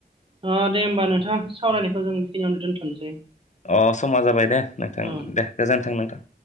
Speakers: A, on the right; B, on the left.
A: अ दे होमबा नोंथां सावरायनायखौ जों बेखिनियावनो दोनथ'नोसै।
B: अ समा जाबाय दे नोंथां
A: औ
B: दे गोजोन्थों नोंथां।